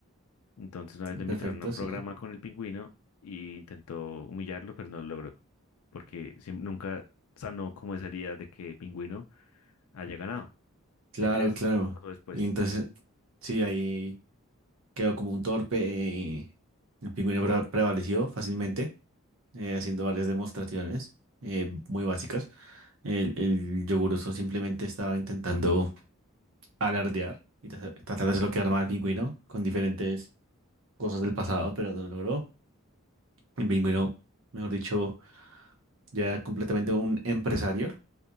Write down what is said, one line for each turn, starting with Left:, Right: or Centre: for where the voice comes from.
Left: Entonces una vez lo invitaron
Right: perfecto,
Left: a un
Right: sí.
Left: programa con el pingüino y intentó humillarlo, pero no lo logró, porque siem- nunca sanó como esa herida de que pingüino haya ganado.
Right: Claro,
Left: ¿Te crees
Right: claro.
Left: qué pasó después?
Right: Y entonces, sí, ahí quedó como un torpe y el pingüino pre- prevaleció fácilmente, eh, haciendo varias demostraciones eh, muy básicas. El, el yoguroso simplemente estaba intentando alardear y tra- tratar de hacerlo quedar mal al pingüino con diferentes cosas del pasado, pero no lo logró. El pingüino, mejor dicho, ya era completamente un empresario